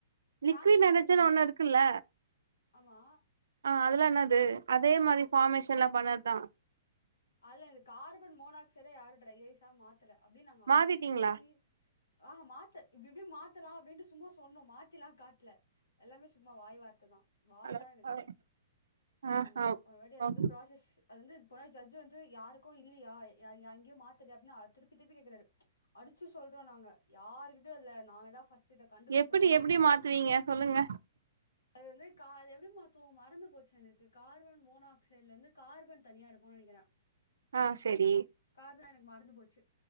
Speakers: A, on the right (about 80°); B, on the left (about 80°).
A: லிக்விட்
B: நாங்ளே
A: நைட்ரஜன்
B: சொல்லிக்கிட்டோ
A: ஒண்ணு இருக்குல்ல
B: ஆமா
A: ஆ அதெலா என்னாது அதே மாரி ஃபார்மேஷன்லா பண்ணதா
B: அல்ல கார்பன் மோனாக்சைட யாரு ட்ரை ஐஸா மாத்தல அப்டின் நாங்க
A: மாத்திட்டீங்களா
B: அடிச்சு பேசி ஆ ஹா மாத்து இப்டி இப்டி மாத்தலா அப்டின்ட்டு சும்மா சொன்னோ மாத்திலா காட்ல எல்லாமே சும்மா வாய் வார்த்த தா வாய்
A: அடப்பாவி
B: தா எங்களுக்கு
A: ஆ
B: ஆமா
A: ஹ
B: போன வாட்டி அது
A: ஓ
B: வந்து ப்ராசஸ் அது வந்து ஜட்ஜ் வந்து யாருக்கு இல்லியா எங் எங்கியு மாத்தலையா அப்டின்னு திருப்பி திருப்பி கேக்குறாரு அடிச்சு சொல்றோ நாங்க யாருகிட்டுயு இல்ல நாங்கதா ஃபர்ஸ்ட் இத கண்டுபிடிச்சோமே
A: எப்டி எப்டி மாத்துவீங்க சொல்லுங்க
B: அது வந்து கா அது எப்டி மாத்துவோ மறந்து போச்சு எனக்கு கார்பன் மோனாக்சைட்லந்து கார்பன் தனியாடு ப்போ நெனைக்கிறே
A: ஆ செரி
B: கார்பனா எனக்கு மறந்து போச்சு